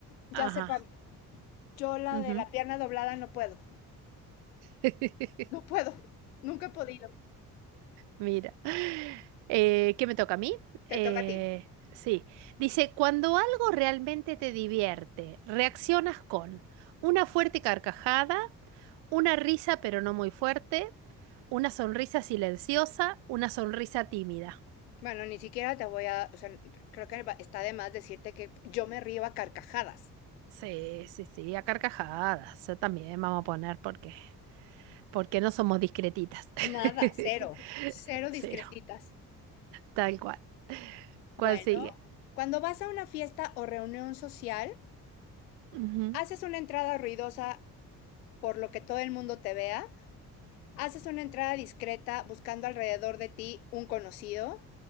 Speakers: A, on the left; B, on the right.
A: Ya
B: Ajá.
A: sé cuál. Yo la
B: ujú.
A: de la pierna doblada no puedo.
B: <laughs>
A: No puedo. Nunca he podido.
B: Mira. Eh, ¿qué me toca a mí? Eh,
A: Te toca a ti.
B: sí. Dice, cuando algo realmente te divierte, reaccionas con una fuerte carcajada, una risa pero no muy fuerte, una sonrisa silenciosa, una sonrisa tímida.
A: Bueno, ni siquiera te voy a, o sea, creo que está de más decirte que yo me río a carcajadas.
B: Sí, sí, sí, a carcajadas. Yo también vamos a poner porque, porque no somos discretitas.
A: Nada, <laughs> cero,
B: <laughs>
A: cero discretitas.
B: Cero, tal cual.
A: Bueno,
B: ¿Cuál sigue?
A: cuando vas a una fiesta o reunión social,
B: Ujú.
A: haces una entrada ruidosa por lo que todo el mundo te vea, haces una entrada discreta buscando alrededor de ti un conocido,